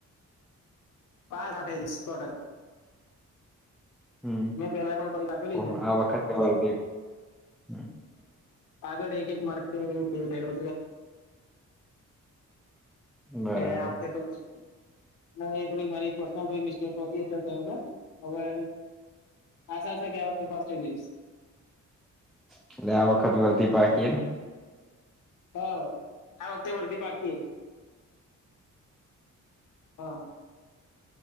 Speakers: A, on the left; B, in the centre.
A: <unintelligible>
B: હમ
A: મેં પેલા પણ પરીક્ષા આપેલી
B: ઓહો
A: છે
B: આ વખતે
A: અગાઉ
B: વર્ધી હમ
A: આગળ એક એક માર્ગ હું ખેલ થયો
B: બરાબર
A: છે એ આવ કે તો પછી ના એ થોડીક મારી પર્સનલ કો મિસ્ટેક એટલે થયો હવે આશા છે કે આ વખતે પાસ જયશ
B: એટલે આ વખત વરદી પાકી એમ
A: હા હા વરદી પાકી હા